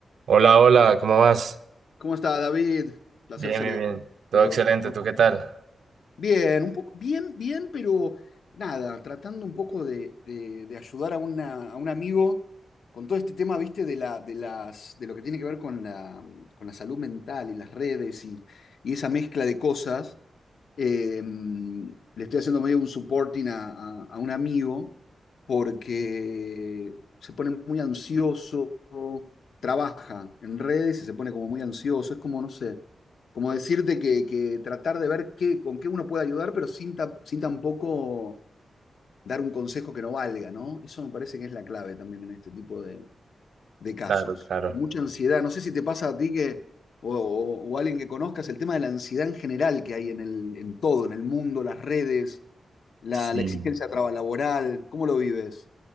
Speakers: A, on the right; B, on the left.
A: Hola, hola, ¿cómo vas?
B: ¿Cómo está, David? Placer
A: Bien,
B: saludarte,
A: bien, bien. Todo
B: amigo.
A: excelente,
B: ¿Cómo
A: ¿tú
B: estás
A: qué tal?
B: tú? Bien, un poco, bien, bien, pero nada, tratando un poco de, de- de ayudar a, una- a un amigo con todo este tema, viste, de la, de las, de lo que tiene que ver con la, con la salud mental y las redes y, y esa mezcla de cosas. Eh, le estoy haciendo medio un supporting a, a, a un amigo porque se pone muy ansioso, trabaja en redes y se pone como muy ansioso. Es como, no sé, como decirte que, que tratar de ver qué, con qué uno puede ayudar, pero sin, ta- sin tampoco dar un consejo que no valga, ¿no? Eso me parece que es la clave también en este tipo de, de casos,
A: Claro, claro.
B: mucha ansiedad. No sé si te pasa a ti que, o, o, o a alguien que conozcas, el tema de la ansiedad en general que hay en, el, en todo, en el mundo, las redes, la,
A: Sí.
B: la exigencia laboral, ¿cómo lo vives?